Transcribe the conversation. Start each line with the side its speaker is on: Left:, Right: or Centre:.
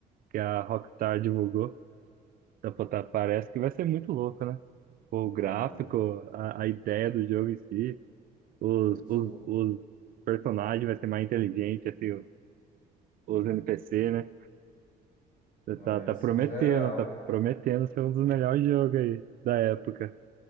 Right: que a Rockstar divulgou. Então, pô, tá, parece que vai ser muito louco, né? o
Left: É,
Right: gráfico, a, a ideia do jogo em si, os,
Left: su, su,
Right: os, os personagens vai ser mais inteligente, assim, o- os NPC, né?
Left: é
Right: Tá, tá
Left: surreal.
Right: prometendo, tá prometendo ser um dos melhores jogos aí da época.